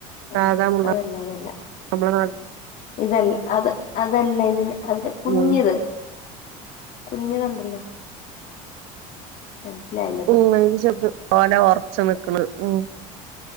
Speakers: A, on the right; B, on the left.
A: സാധാമുള്ള
B: ആഹ് അതല്ല അതല്ല
A: നമ്മളെ നാട്ട്
B: ഇതല്ല അത് അതല്ല ഇതിൻ്റ അതിന്റെ കുഞ്ഞിത്
A: ഉം
B: കുഞ്ഞു കണ്ടല്ല. മൻസ്സിലായി.
A: ഉം അയ്ല് ചെറ്ത് ഓല വെർച്ച് നിക്ക്ണ് ഉം